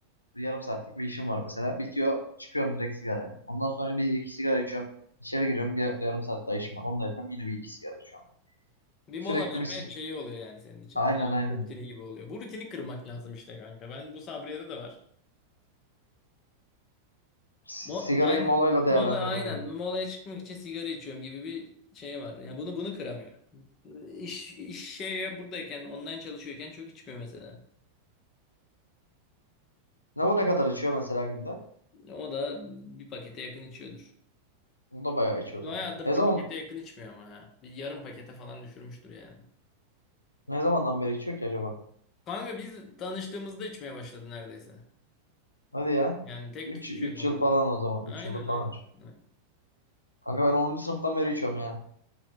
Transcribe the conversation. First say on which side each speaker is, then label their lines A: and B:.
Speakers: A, on the left; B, on the left.
A: yarım saatlik bir işim var mesela. Bitiyor çıkıyorum direkt sigaraya. Ondan sonra bir iki sigara içiyorum. İçeri giriyorum bir yarım saat daha işim var. Onu da yapıyorum yine bir iki sigara içiyorum.
B: Bir
A: Sürekli
B: mola verme
A: bir si-
B: şeyi oluyor yani senin için.
A: aynen
B: Mola verme
A: aynen.
B: rutini gibi oluyor. Bu rutini kırmak lazım işte kanka. Ben bu Sabriye'de de var.
A: S-
B: Mo
A: Sigarayı
B: yani
A: molayla değerlendirme
B: mola aynen.
A: gibi.
B: Molaya çıkmak için sigara içiyorum gibi bir şey var. Yani bunu bunu kıramıyor. İş, iş şeye buradayken, online çalışıyorken çok içmiyor mesela.
A: Ne bu ne kadar içiyor mesela günde?
B: O da bir pakete yakın içiyordur.
A: O da bayağı içiyor
B: Bayağıdır
A: o zaman. Ne zaman
B: bir pakete yakın içmiyor ama ya. Bir yarım pakete falan düşürmüştür yani.
A: ne zamandan beri içiyor ki acaba?
B: Kanka biz tanıştığımızda içmeye başladı neredeyse.
A: Hadi ya.
B: Yani tek
A: 3
B: tük içiyordu
A: 3
B: onlar.
A: yıl falan o zaman.
B: Aynen
A: 3 yıldır
B: aynen.
A: falan içiyor.
B: aynen.
A: Kanka ben 10. sınıftan beri içiyorum ya.